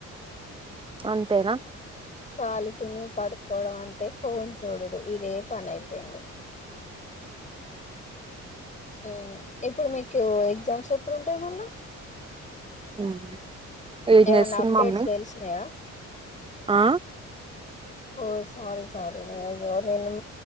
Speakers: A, on the right; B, on the left.
A: అంతేనా
B: ఖాళీ తిని పడుకోవడం అంతే ఫోన్ చూడడు ఇదే ప పనైపోయింది ఉమ్ ఇప్పుడు మీకు ఎగ్జామ్స్ ఎప్పుడు ఉంటాయి మళ్ళ
A: ఉమ్ ఏం
B: ఏమన్నా
A: చేస్తుంది
B: అప్డేట్స్
A: మమ్మీ
B: తెలిసినాయా
A: ఆ
B: ఓ సారీ సారీ అయ్యో నేను